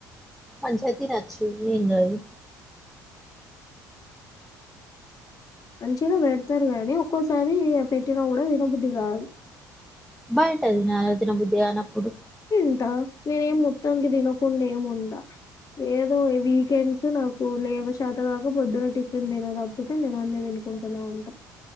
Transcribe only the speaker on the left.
మంచిగా పెడతారు కాగానీ, ఒక్కోసారి పెట్టిన కూడా తినబుద్ధి కాదు.
అంత నేనే ఏం మొత్తానికి తినకుండా ఏము ఉండ ఏదో వీకెండ్స్ నాకు లేవ శాతకాక పొద్దున టిఫిన్ తిన తప్పితే నేను అన్ని తినుకుంటూనే ఉంటా